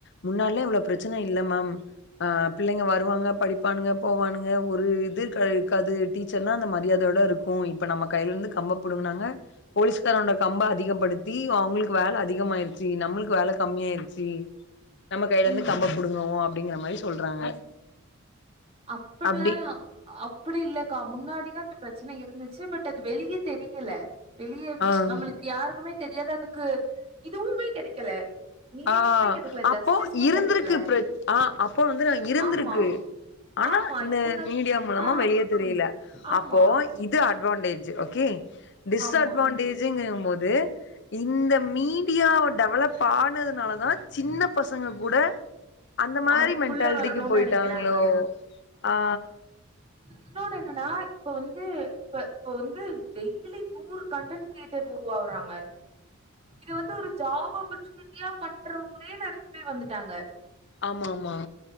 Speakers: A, on the left; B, on the right.
A: முன்னாட்லா இவ்ளோ பிரச்சன இல்ல மேம் அ பிள்ளைங்க வருவாங்க படிப்பானுங்க போவானுங்க ஒரு இதுருக்காது இருக்காது டீச்சர்னா அந்த மரியாதோட இருக் க்கு இப்ப நம்ம கைலருந்து கம்ப புடுங்குனாங்க போலீஸ்காரனோட கம்ப அதிகப்படுத்தி அவுங்களுக்கு வேல அதிகமாயிருச்சு நம்மளுக்கு வேல கம்மியாயிருச்சு நம்ம கைலருந்து
B: ம்
A: கம்ப புடுங்குவோ அப்டிங்ற மாரி சொல்றாங்க
B: அப்புட்லா
A: அப்டி
B: அப்புடி இல்லக்கா முன்னாடிலா இந்த பிரச்சன இருந்துச்சு பட் அது வெளிய தெரியல வெளிய
A: ஆ
B: ச் நம்மளுக்கு யாருக்குமே தெரியாத அதுக்கு இதுவுமே கெடைக்கல நீதியுமே
A: அ
B: கெடைக்கல
A: அப்போ
B: ஜஸ்டிஸுமே
A: இருந்துருக்கு
B: கெடைக்கல
A: பிரச் அ அப்போ வந்து நா இருந்துருக்கு
B: ஆமா
A: ஆனா
B: ஆமா
A: இந்த
B: இவங்க
A: மீடியா மூலமா
B: ஆ
A: வெளிய தெரியல
B: ஆமா
A: அப்போ இப் து அட்வான்டேஜ் ஓகே டிஸ்அட்வான்டே
B: ஆமா
A: ஜ்ங்கும் போது இந்த மீடியா டெவலப் ஆன் னதுனால தா சின்ன பசங்க கூட அந்த மாரி
B: அதுக்குள்ள
A: மென்டாலிட்டிக்கு
B: வரணும்னு
A: போயிட்டாங்களோ
B: நெனைக்கிறாங்க
A: ஆ
B: இன்னொனு என்னன்னா இப்ப வந்து இப்ப இப்ப வந்து டெய்லி நூறு கண்டென்ட் கிரியேட்டர் உருவாவுறாங்க இது வந்து ஒரு ஜாப் ஆப்பர்சூனிட்டியா பண்றவுங்களே நெறைய பேர் வந்துட்டாங்க
A: ஆமா ஆமா